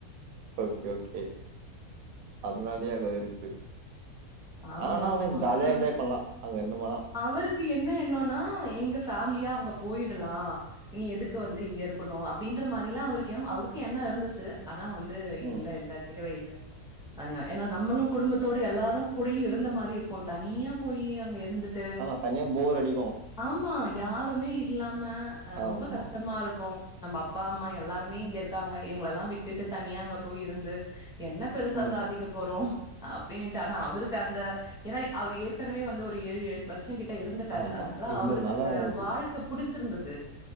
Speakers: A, on the right; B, in the centre.
A: ஓகே ஓகே அதனாலயே வெறுப்பு
B: ஆமா
A: ஆனா
B: ஆமா
A: ஒண்ணு ஜாலியா
B: ஆ
A: என்ஜாய் பண்லா அங்க இருந்து மானா
B: அவருக்கு என்ன எண்ணோனா எங்க ஃபேமிலியா அங்க போயிடலா நீ எதுக்கு வந்து இங்க இருக்கணு அப்டின்ற மாரிலா அவருக்கு அவருக்கு எண்ணோ இருந்துச்சு அதா வந்து
A: ம்
B: இல்ல இல்ல தேவயில்ல அ ஏன்னா நம்மளு குடும்பத்தோட எல்லாரு கூடையு இருந்த மாரி இருக்கு தனியா போய் அங்க இருந்துட்
A: ஆமா தனியா போர் அடிக்கு
B: ஆமா யாருமே இல்லாம அ ரொம்ப
A: ஆமா
B: கஷ்டமா இருக்கு நம்ப அப்பா அம்மா எல்லாருமே இங்க இருக்காங்க இவங்கள எல்லா விட்டுட்டு தனியா அங்க போய் இருந்து என்ன பெருசா
A: ம்
B: சாதிக்க போறோ அப்டின்ட்டு ஆனா அவருக்கு அந்த ஏனா அவர் ஏற்கனவே வந்து ஒரு ஏழு எ கிட்ட இருந்துட்டாரு
A: ஆமா
B: அதனால
A: இந்துனால
B: அவருக்கு அந்த
A: அவங்களுக்கு
B: வாழ் கு புடிச்சிருந்தது